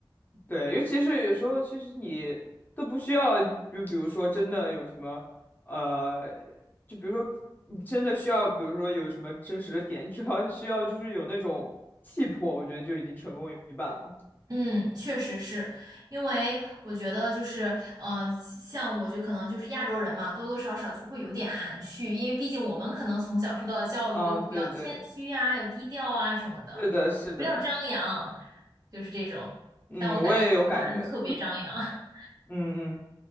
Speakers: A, on the left; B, on the right.
A: 对，尤其是有时候，其实你都不需要，就比如说，真的有什么，呃，就比如说，你真的需要，比如说有什么真实的点，只要需要就是有那种气魄，我觉得就已经成功一半了。
B: 嗯，确实是，因为我觉得就是，呃，像我就可能就是亚洲人嘛，多多少少就会有点含蓄，因为毕竟我们可能从小受到的教育都是要谦虚啊，
A: 啊，对对，
B: 要低调啊什么的，
A: 是的，是的。
B: 不要张扬，就是这种。
A: 嗯，
B: 但我感觉西方人特别张扬，
A: 我也有感觉，
B: <laughs>
A: 嗯嗯